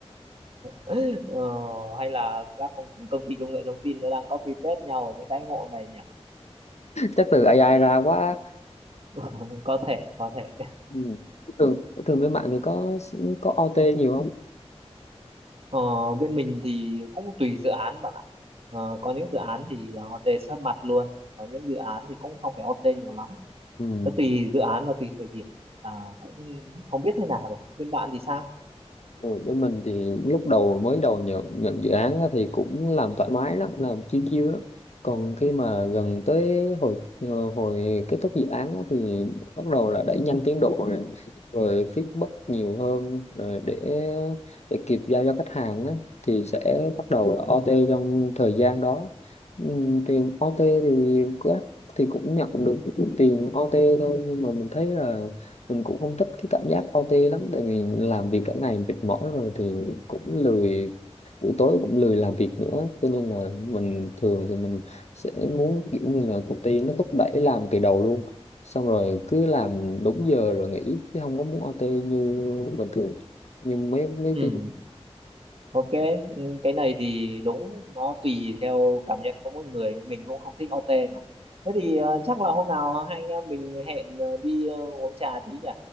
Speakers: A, on the right; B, on the left.
A: <laughs> Ờ, hay là các công, công ty công nghệ thông tin nó đang copy paste nhau ở những đãi ngộ này nhỉ?
B: chắc từ AI ra quá
A: <laughs> Có thể, có thể.
B: Ừ. Thường thường bên bạn thì có có OT nhiều không?
A: Ờ, bên mình thì cũng tùy dự án bạn ạ. Ờ, có những dự án thì ờ, OT sát mặt luôn, có những dự án thì cũng không phải OT nhiều lắm.
B: Ừ.
A: Nó tùy dự án và tùy thời điểm. À, cũng không biết thế nào được. Bên bạn thì sao?
B: Ừ, với mình thì lúc đầu mới đầu nhận, nhận dự án á thì cũng làm thoải mái lắm, làm chiêu chiêu lắm. Còn khi mà gần tới hồi ờ, hồi kết thúc dự án á thì bắt đầu là đẩy nhanh tiến độ rồi, rồi feedback nhiều hơn rồi để để kịp giao cho khách hàng á thì sẽ bắt đầu là OT trong thời gian đó. Ừ, Tiền OT thì cứ thì cũng nhận được tiền OT thôi nhưng mà mình thấy là mình cũng không thích cái cảm giác OT lắm tại vì làm việc cả ngày mệt mỏi rồi thì cũng lười buổi tối cũng lười làm việc nữa cho nên là mình thường thì mình sẽ muốn kiểu như là công ty nó thúc đẩy làm từ đầu luôn xong rồi cứ làm đúng giờ rồi nghỉ chứ không có muốn OT như bình thường nhưng mấy mấy
A: Ừ,
B: team
A: ok. Ừ, Cái này thì đúng, nó tùy theo cảm nhận của mỗi người. Mình cũng không thích OT mà. Thế thì ờ, chắc là hôm nào hai anh em mình hẹn ờ, đi ờ, uống trà tí nhỉ?